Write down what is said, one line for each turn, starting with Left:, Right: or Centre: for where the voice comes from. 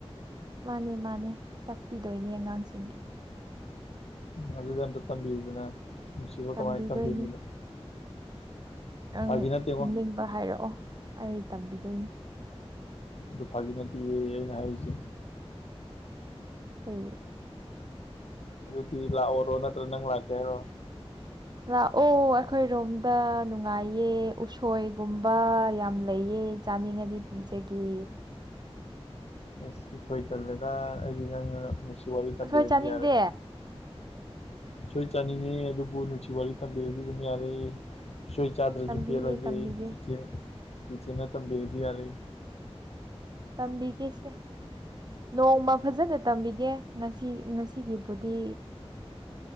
Right: ꯃꯥꯅꯦ ꯃꯥꯅꯦ ꯇꯥꯛꯄꯤꯗꯣꯏꯅꯦ ꯑꯉꯥꯡꯁꯤꯡꯒꯤ
Left: ꯑꯗꯨꯗꯤ ꯑꯝꯇ ꯇꯝꯕꯤꯌꯨꯗꯅ ꯅꯨꯡꯁꯤꯕ
Right: ꯇꯝꯕꯤꯗꯣꯏꯅꯤ
Left: ꯀꯃꯥꯏ ꯇꯝꯕꯤꯅꯤꯗꯣ
Right: ꯑꯪ
Left: ꯐꯥꯒꯤ ꯅꯠꯇꯦꯉꯣ
Right: ꯃꯤꯡꯄ ꯍꯥꯏꯔꯛꯑꯣ ꯑꯩ ꯇꯝꯕꯤꯗꯣꯏꯅꯦ
Left: ꯑꯗꯨ ꯐꯥꯒꯤ ꯅꯠꯇꯤꯌꯦꯌꯦ ꯑꯩꯅ ꯍꯥꯏꯔꯤꯖꯦ
Right: ꯀꯩ
Left: ꯑꯗꯨꯗꯤ ꯂꯥꯛꯑꯣꯔꯣ ꯅꯠꯇ꯭ꯔ ꯅꯪ ꯂꯥꯛꯀꯦ ꯍꯥꯏꯔꯣ
Right: ꯂꯥꯛꯑꯣ ꯑꯩꯈꯣꯏ ꯔꯣꯝꯗ ꯅꯨꯡꯉꯥꯏꯌꯦ ꯎꯁꯣꯏꯒꯨꯝꯕ ꯌꯥꯝ ꯂꯩꯌꯦ ꯆꯥꯅꯤꯡꯉꯗꯤ ꯄꯤꯖꯒꯦ
Left: ꯑꯩꯁ ꯎꯁꯣꯏ ꯇꯜꯂꯦꯗ ꯑꯩꯗꯤ ꯅꯪꯅ ꯅꯨꯡꯁꯤ ꯋꯥꯔꯤ ꯇꯝꯕꯤꯔꯗꯤ
Right: ꯎꯁꯣꯏ ꯆꯥꯅꯤꯡꯗꯦ
Left: ꯌꯥꯔꯦ ꯎꯁꯣꯏ ꯆꯥꯅꯤꯡꯉꯦ ꯑꯗꯨꯕꯨ ꯅꯨꯡꯁꯤ ꯋꯥꯔꯤ ꯇꯝꯕꯤꯔꯗꯤ ꯑꯗꯨꯝ ꯌꯥꯔꯦ ꯎꯁꯨꯣꯏ ꯆꯥꯗ꯭ꯔꯖꯨ
Right: ꯇꯝꯕꯤꯒꯦ
Left: ꯄꯦꯜꯂꯒꯦ
Right: ꯇꯝꯕꯤꯒꯦ
Left: ꯆꯤꯆꯦ ꯆꯤꯆꯦꯅ ꯇꯝꯕꯤꯔꯗꯤ ꯌꯥꯔꯦ
Right: ꯇꯝꯕꯤꯒꯦꯁꯦ ꯅꯣꯡꯃ ꯐꯖꯅ ꯇꯝꯕꯤꯒꯦ ꯉꯁꯤ ꯉꯁꯤꯒꯤꯕꯨꯗꯤ